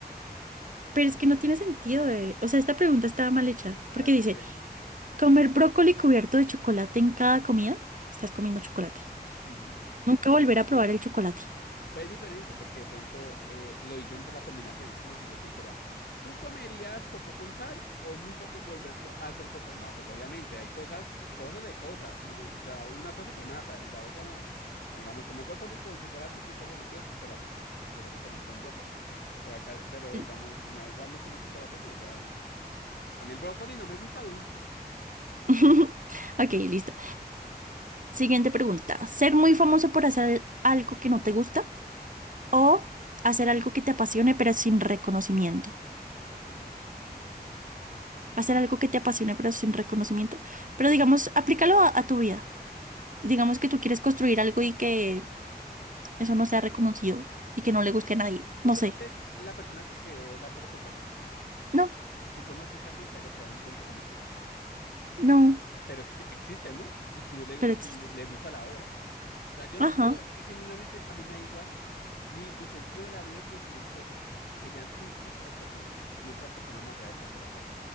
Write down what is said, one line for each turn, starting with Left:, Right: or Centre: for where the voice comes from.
Right: Pero es que no tiene sentido, eh. O sea, esta pregunta estaba mal hecha,
Left: A
Right: porque
Left: ver,
Right: dice,
Left: ¿por qué?
Right: ¿comer brócoli cubierto de chocolate en cada comida? Estás comiendo chocolate.
Left: Ujú.
Right: Nunca volver a probar el chocolate.
Left: Pues es diferente, porque de pronto eh, lo dicen por la combinación. Es como si yo te dijera, ¿tú comerías popó con sal o nunca po- volver po- a hacer popó? No, pues obviamente hay cosas, cosas de cosas, ¿no? O sea, una cosa te mata, la otra no. Digamos, comer brócoli con chocolate y tú dices, bueno, quiero chocolate, pues te toca comer con brócoli. Pero acá, pero digamos,
Right: Sí.
Left: me da igual no comer chocolate o no. O sea, a mí el brócoli no me gusta dulce.
Right: <laughs> Ok, listo. Siguiente pregunta. ¿Ser muy famoso por hacer algo que no te gusta O hacer algo que te apasione pero sin reconocimiento.
Left: La segunda.
Right: Hacer algo que te apasione pero sin reconocimiento. Pero digamos, aplícalo a, a tu vida. Digamos que tú quieres construir algo y que eso no sea reconocido y que no le guste a nadie.
Left: ¿Tú
Right: No
Left: conoces
Right: sé.
Left: la persona que creó la Torre Colpatria?
Right: No,
Left: ¿Tú conoces a alguien que haya creado un puente famoso?
Right: no,
Left: Pero este- existe, ¿no? Y tú le,
Right: pero
Left: te-
Right: existe.
Left: le, le gusta la obra. O sea, yo,
Right: Ajá.
Left: no- yo eh, genuinamente, a mí me da igual. Mi, mi sentido de la vida es construir cosas que sean útiles para las personas, no que las personas me agradezcan por hacerlo.